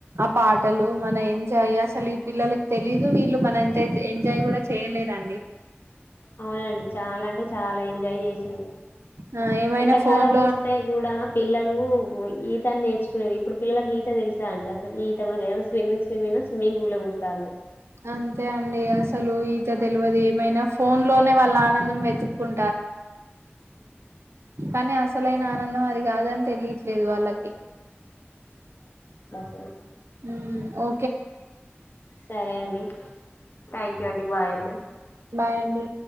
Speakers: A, on the right; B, on the left.
A: పాటలు మన ఏం ఎాయ్ అస ఈ పిల్లలకి తెలీదు వీళ్ళు మనంంత ఎంజాయ్ కూడా చేయలేరండి
B: అవునండి చాలా అంటే చాలా ఎంజాయ్ చేసింది
A: ఆ ఏమైనా
B: ఎండాకాలం
A: ఫోన్ లో
B: వస్తే కూడా పిల్లలు ఈతా నేర్చునేది ఇప్పుడు పిల్లలకి ఈత తెలుసా అండి అసలు ఈత కూడా స్విమ్మింగ్ స్విమ్మింగ్ స్విమ్మింగ్ పూల్ లో దుకుతానర్
A: అంతే అండి అసలు ఈత తెలివదు ఏమైనా ఫోన్ లోనే వాళ్ళ ఆనందం వెతుకుం కానీ అసలైన ఆనందం అది కాదని తెలియట్లేదు వాళ్ళకి
B: అవు
A: హ్మ్ ఓ
B: సరే అండి థ్యాంక్ యూ అండి బాయ్ అండి
A: బాయండి